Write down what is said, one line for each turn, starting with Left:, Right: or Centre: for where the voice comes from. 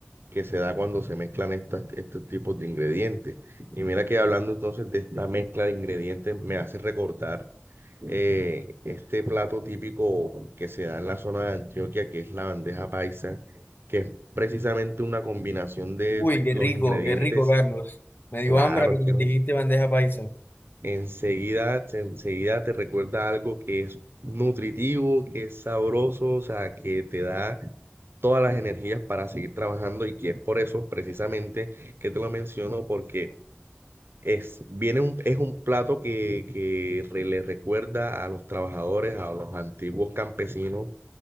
Right: que se da cuando se mezclan estas, estos tipos de ingredientes. Y mira que hablando entonces de esta mezcla de ingredientes, me hace recordar eh, este plato típico que se da en la zona de Antioquia, que es la bandeja paisa, que es precisamente una combinación de
Left: Uy, qué
Right: los
Left: rico,
Right: ingredientes.
Left: qué rico, Carlos. Me dio
Right: Claro,
Left: hambre cuando
Right: es que
Left: dijiste bandeja paisa.
Right: enseguida, enseguida te recuerda algo que es nutritivo, que es sabroso, o sea, que te da todas las energías para seguir trabajando y que es por eso precisamente que te lo menciono porque es, viene un, es un plato que, que re- le recuerda a los trabajadores, a los antiguos campesinos